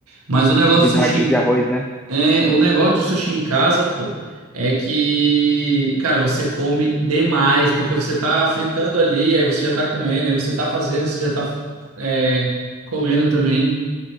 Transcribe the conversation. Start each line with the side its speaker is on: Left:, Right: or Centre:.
Right: Mas o negócio
Centre: vinagre
Right: do sushi em...
Centre: de arroz, né?
Right: é... o negócio do sushi em casa, pô, é que, cara, você come demais, porque você tá fritando ali, aí você já tá comendo, aí você tá fazendo, você já tá é, comendo também.